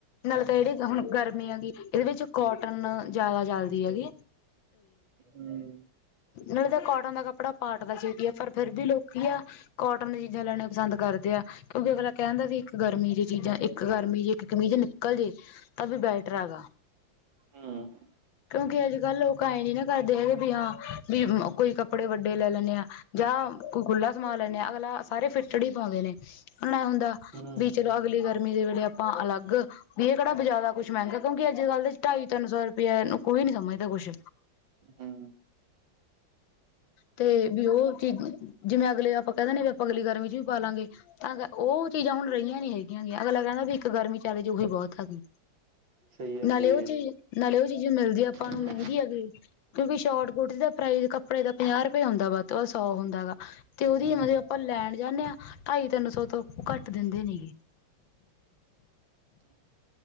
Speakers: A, on the left (about 85°); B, on the right (about 80°).
A: ਨਾਲ ਤਾਂ ਜਿਹੜੀ ਹੁਣ ਗਰਮੀ ਹੈਗੀ ਇਹਦੇ ਵਿੱਚ ਕੋਟਨ ਜਿਆਦਾ ਚਲਦੀ ਹੈਗੀ।
B: ਹਮ।
A: ਮ ਤਾਂ ਕੋਟਨ ਦਾ ਕੱਪੜਾ ਪਾਟਦਾ ਛੇਤੀ ਹੈ ਪਰ ਫੇਿਰ ਵੀ ਲੋਕੀ ਆ ਕੋਟਨ ਦੀਆਂ ਚੀਜ਼ਾਂ ਲੈਣੀਆਂ ਪਸੰਦ ਕਰਦੇ ਆ ਕਿਉਂਕਿ ਅਗਲਾ ਕਹਿਣਦਾ ਸੀ ਇੱਕ ਗਰਮੀ ਦੀ ਚੀਜ਼ਾਂ ਇੱਕ ਗਰਮੀ ਦੀ ਇੱਕ ਕਮੀਜ਼ ਨਿਕਲ ਜੇ ਤਾਂ ਵੀ ਬੈਟਰ ਹੈਗਾ।
B: ਹਮ।
A: ਕਿਉਂਕਿ ਅੱਜ ਕੱਲ੍ਹ ਲੋਕ ਆਏਂ ਨੀ ਨਾ ਕਰਦੇ ਹੈਗੇ ਵੀ ਹਾਂ ਵੀ ਕੋਈ ਕੱਪੜੇ ਵੱਡੇ ਲੈ ਲੈਣੇ ਆਂ। ਜਾਂ ਕੋ ਖੁੱਲਾ ਸਮਾਨ ਲੈਂਦੇ ਆਂ ਅਗਲਾ ਸਾਰੇ ਫਿੱਟੇਡ ਹੀ ਪਾਉਂਦੇ ਨੇ। ਨਾ ਹੁੰਦਾ
B: ਹੂੰ
A: ਵੀ ਚਲੋ ਅਗਲੀ ਗਰਮੀ ਦੇ ਵੇਲੇ ਆਪਾਂ ਅਲੱਗ ਵੀ ਇਹ ਕਿਹੜਾ ਜ਼ਿਆਦਾ ਕੁਛ ਮਹਿੰਗਾ ਕਿਉਂਕਿ ਅੱਜ ਕੱਲ੍ਹ ਦੇ ਢਾਈ ਤਿੰਨ ਸੌ ਰੁਪਇਆ ਨੂੰ ਕੋਈ ਨੀ ਸਮਝਦਾ ਕੁਛ।
B: ਹੂੰ
A: ਤੇ ਵੀ ਉਹ ਚੀਜ਼ ਜਿਵੇਂ ਅਗਲੇ ਆਪਾਂ ਕਹਿੰਦੇ ਵੀ ਆਪਾਂ ਅਗਲੀ ਗਰਮੀ ਚ ਵੀ ਪਾ ਲਾਂਗੇ ਤਾਂ ਉਹ ਚੀਜ਼ਾਂ ਹੁਣ ਰਹੀਆਂ ਨੀ ਹੈਗੀਆਂ ਗੀਆਂ ਅਗਲਾ ਕਹਿੰਦਾ ਵੀ ਇੱਕ ਗਰਮੀ ਚਾਲ ਜੁੱਗੀ ਬਹੁਤ ਹੈਗੀ
B: ਸਹੀ ਹੈ
A: ਨਾਲੇ
B: ਸਹੀ
A: ਉਹ
B: ਹੈ
A: ਚੀਜ਼ ਨਾਲੇ ਉਹ ਚੀਜ਼ ਮਿਲਦੀ ਆ ਆਪਾਂ
B: ਹੂੰ
A: ਨੂੰ ਮਹਿੰਗੀ ਹੈਗੀ। ਕਿਉਂਕਿ ਸ਼ੋਟਕੂਟ ਦਾ ਪ੍ਰਾਈਜ਼ ਕੱਪੜੇ ਦਾ ਪੰਜਾਹ ਰੁਪਏ ਹੁੰਦਾ ਵਾਤ ਸੌ ਹੁੰਦਾ ਗਾ। ਤੇ ਉਹਦੀ
B: ਹੂੰ
A: ਮਤਲਬ ਆਪਾਂ ਲੈਣ ਜਾਂਦੇ ਹਾਂ ਢਾਈ ਤਿੰਨ ਸੌ ਤੋਂ ਘੱਟ ਦਿੰਦੇ ਨੀ ਗੇ।
B: ਹਮ।